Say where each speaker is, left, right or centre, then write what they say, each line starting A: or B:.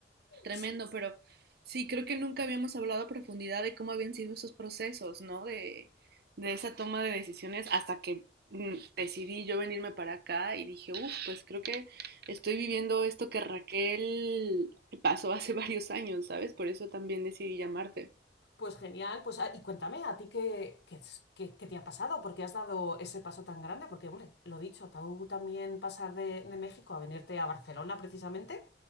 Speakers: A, on the right; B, on the left.
A: Tremendo,
B: Sí.
A: pero sí, creo que nunca habíamos hablado a profundidad de cómo habían sido esos procesos, ¿no? De, de esa toma de decisiones hasta que mm, decidí yo venirme para acá y dije, uff, pues creo que estoy viviendo esto que Raquel pasó hace <laughs> varios años, ¿sabes? Por eso también decidí llamarte.
B: Pues genial, pues ah, y cuéntame, ¿a ti qué, qué, es- qué- qué te ha pasado? ¿Por qué has dado ese paso tan grande? Porque, hombre, lo dicho, tú también pasar de, de México a venirte a Barcelona precisamente.